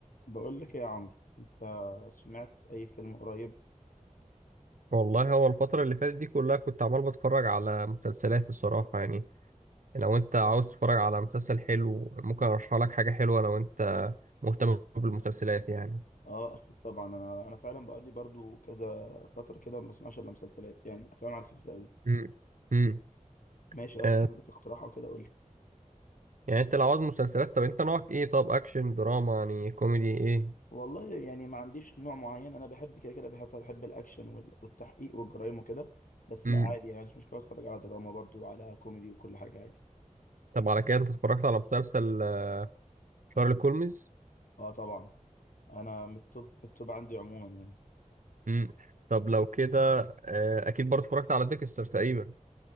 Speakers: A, on the left; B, on the right.
A: بقول لك إيه يا عمرو انت سمعت اي فيلم قريب
B: والله هو الفترة اللي فاتت دي كلها كنت عمال بتفرج على مسلسلات الصراحة يعني لو انت عاوز تتفرج على مسلسل حلو ممكن ارشح لك حاجة حلوة لو انت مهتم بالمسلسلات يعني
A: اه اكيد طبعا انا انا فعلا بقالي برضو كذا فتره كده ما بسمعش الا مسلسلات يعني افلام على الخفيف قوي
B: امم امم
A: ماشي عايز
B: آه
A: عندك اقتراح او كده قول لي
B: يعني انت لو عاوز مسلسلات طب انت نوعك ايه طب اكشن دراما يعني كوميدي ايه
A: والله يعني ما عنديش نوع معين انا بحب كده كده بحب بحب الاكشن وال- والتحقيق والجرايم وكده بس
B: امم
A: لا عادي يعني مش مشكله اتفرج على دراما برضو على كوميدي وكل حاجه عادي
B: طب على كده انت اتفرجت على مسلسل آه، شارلي كولمز
A: اه طبعا انا من التوب التوب عندي عموما يعني
B: امم طب لو كده آه اكيد برضه اتفرجت على ديكستر تقريبا